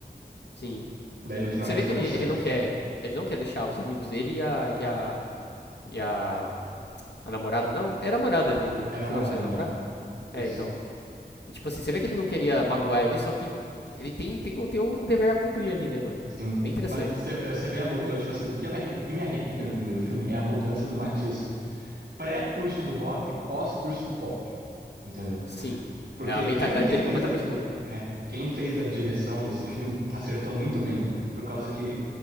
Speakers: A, on the left (about 75°); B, on the right (about 80°).
A: sim.
B: Daí no final
A: Você
B: ele
A: vê
B: escolhe
A: que ele,
B: o
A: ele
B: certo.
A: não quer, ele não quer deixar os amigos dele e a, e a, e a, a namorada, não, é a namorada dele, né?
B: É namorada,
A: chegou a
B: namorada.
A: namorar? É,
B: Isso.
A: então. E tipo assim, você vê que ele não queria magoar ele, só que ele tem, tem, o- tem o dever a cumprir ali, né, mano?
B: Sim.
A: Bem interessante,
B: Mas você-
A: mano.
B: você vê a mudança. Tipo assim, o que, me arre- o que me arrepia no primeiro filme é a mudança do Matias pré-curso do Bop, pós-curso do Bop. Entendeu?
A: Sim.
B: Porque
A: É, a mentalidade
B: quem, quem
A: dele
B: fez
A: completamente
B: a, di-
A: muda.
B: é, quem fez a direção desse filme acertou muito bem. Por causa que